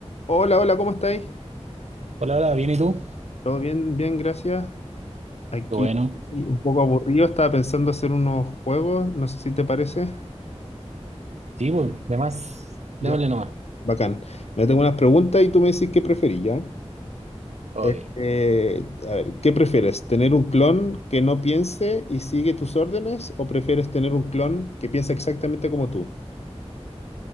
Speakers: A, on the left; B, on the right.
A: Hola, hola, ¿cómo estáis?
B: Hola, hola, ¿bien y tú?
A: Todo bien, bien, gracias. Aquí
B: Qué bueno.
A: y un poco aburrido, estaba pensando hacer unos juegos, no sé si te parece.
B: Sí, pues, de más,
A: Ya,
B: démosle nomás.
A: bacán. Me tengo unas preguntas y tú me dices qué preferís, ¿ya?
B: Ok.
A: Eh, eh, a ver, ¿qué prefieres? ¿Tener un clon que no piense y sigue tus órdenes o prefieres tener un clon que piensa exactamente como tú?